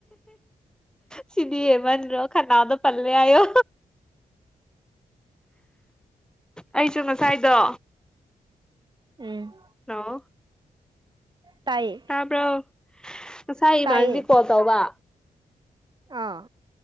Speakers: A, in the centre; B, on the right.
A: ꯁꯤꯗꯤ ꯍꯃꯟꯗꯔꯣ ꯈꯅꯥꯎꯗ ꯄꯜꯂꯦ ꯍꯥꯏꯣ ꯑꯩꯁꯨ ꯉꯁꯥꯏꯗꯣ
B: ꯎꯝ
A: ꯍꯂꯣ
B: ꯇꯥꯏꯌꯦ
A: ꯇꯥꯕ꯭ꯔꯣ ꯉꯁꯥꯏ ꯏꯃꯥꯅꯕꯤ
B: ꯇꯥꯏꯌꯦ
A: ꯀꯣꯜ ꯇꯧꯕ
B: ꯑꯥ